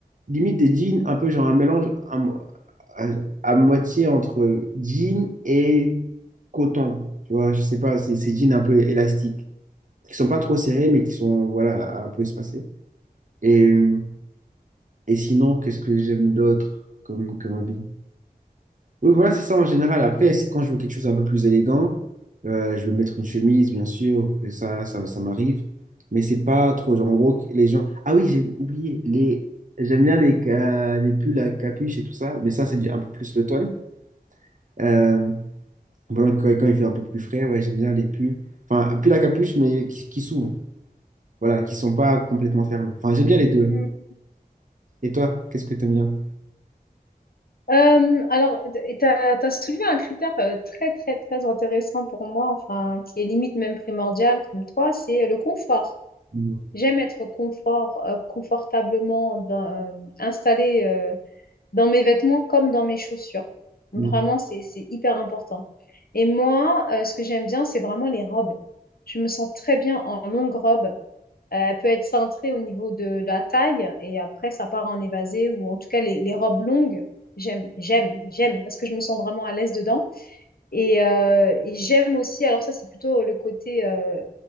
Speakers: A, on the right (about 55°); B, on the left (about 70°).
A: limite des jeans, un peu genre un mélange à, mo- à, à moitié entre jeans et coton. Tu vois, je sais pas, c'est c'est jeans un peu élastiques qui sont pas trop serrés, mais qui sont voilà, un peu espacés. Et, euh, et sinon, qu'est-ce que j'aime d'autre comme, comme habit? Oui, voilà, c'est ça en général. Après, c'est quand je veux quelque chose un peu plus élégant, euh, je vais mettre une chemise, bien sûr, que ça, ça, ça m'arrive. Mais c'est pas trop, genre, en gros, les gens. Ah oui, j'ai oublié, les... j'aime bien les, ca- les pulls à capuche et tout ça, mais ça, c'est du- un peu plus l'automne. Euh, voilà, quand, quand il fait un peu plus frais, ouais, j'aime bien les pulls. Enfin, pulls à capuche, mais qui, qui s'ouvrent, voilà, qui sont pas complètement fermés. Enfin, j'aime bien les deux.
B: mm.
A: Et toi, qu'est-ce que t'aimes bien?
B: Euh, alors, tu as, soulevé un critère euh, très, très, très intéressant pour moi, enfin, qui est limite même primordial comme toi, c'est euh, le confort.
A: Mm,
B: J'aime être confort, euh, confortablement dans- euh, installée euh, dans mes vêtements comme dans mes chaussures. Vraiment,
A: mm,
B: c'est, c'est hyper important. Et moi, euh, ce que j'aime bien, c'est vraiment les robes. Je me sens très bien en longue robe. Euh, elle peut être cintrée au niveau de la taille et après, ça part en évasé ou en tout cas, les, les robes longues, j'aime, j'aime, j'aime parce que je me sens vraiment à l'aise dedans. Et, euh, et j'aime aussi, alors ça, c'est plutôt le côté euh,